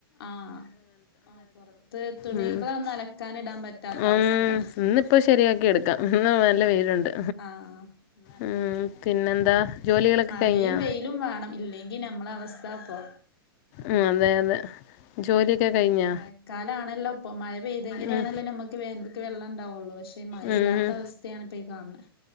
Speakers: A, on the left; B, on the left.
A: ആ ആ പുറത്ത് തുണികളൊന്നും
B: ഉം
A: അലക്കാന ഇടാൻ പറ്റാത്ത
B: ഉം
A: അവസ്ഥയാണ്
B: ഇന്നിപ്പോ ശരിയാക്കി എടുക്കാം എന്ന നല്ല വെയിലുണ്ട്
A: ആ നല്ല
B: ഉം
A: വെയില
B: പിന്നെന്താ ജോലികളൊക്കെ
A: മഴയും
B: കഴിഞ്ഞാ
A: വെയിലും വേണം ഇല്ലെങ്കി നമ്മള അവസ്ഥ പോ
B: ഉ അതെ അതെ ജോലിയൊക്കെ
A: ആ
B: കഴിഞ്ഞാ
A: മഴക്കാലാണല്ലോ ഇപ്പൊ മഴ പെയ്തെങ്ങനെയാണല്ലോ
B: ഉം
A: നമ്മുക്ക് വേന വെള്ളം വുള്ളൂ പക്ഷെ എല്ലാത്ത
B: ഉം ഉം
A: അവസ്ഥയാണ് ഇപ്പ ഈ കാണുന്നത്